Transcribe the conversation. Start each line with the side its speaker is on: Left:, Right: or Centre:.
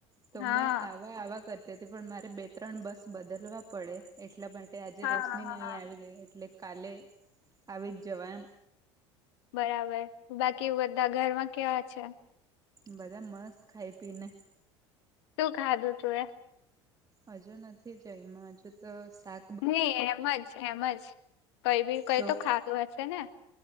Right: તો
Left: હા.
Right: મેં આવ વવા કરતી તી પણ મારે બે ત્રણ બસ બદલવા પડે એટલા માટે આજે
Left: હા
Right: રોશની ન અહીં
Left: હા.
Right: આવી ગઈ એટલે કાલે આવી જ જવા
Left: બરાબર બાકી બધા ઘરમાં કેવા છે?
Right: બધા મસ્ત ખાઈ પી ને.
Left: શું ખાધું તું એ?
Right: હજુ નથી જ્યમાં હજુ તો સા
Left: નહી એમ જ એમ જ કઈ બી કઈ
Right: સો
Left: તો ખાધું હશે ને.